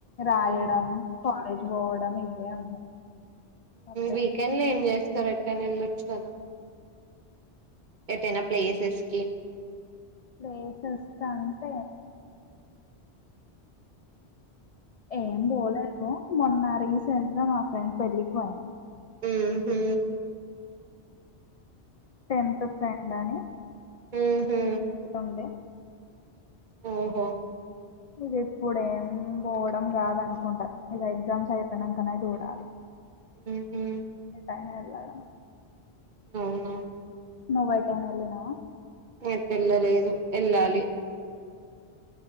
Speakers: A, on the left; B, on the right.
A: రాయడం
B: ఉమ్
A: కాలేజ్ పోవడం ఇవే ఉన్నాయి సపరేట్
B: వీకెండ్ లో ఏం చేస్తారు ఎ టైన్ వెళ్ళొచ్చు కదా ఎతేనా ప్లేసెస్ కి
A: ప్లేసస్ కంత ఏం పోలేదు మొన్న రీసెంట్ గా మా ఫ్రెండ్ పెళ్ళికి పోయినాం
B: ఉహు
A: టెన్త్ ఫ్రెండ్ అని
B: ఊహూ
A: ఉంది
B: ఆఓహో
A: ఇది ఇప్పుడు ఏం పోవడం కాదు అనుకుంటారు ఇది ఎగ్జామ్స్ అయిపోయినాకనే చూడాలి
B: ఊహూ
A: ఏ టైనా ఇలాడమ్
B: అవునా
A: నోవై టైమ్ అల్ నావ
B: మకలా లేదు ఎలాాలి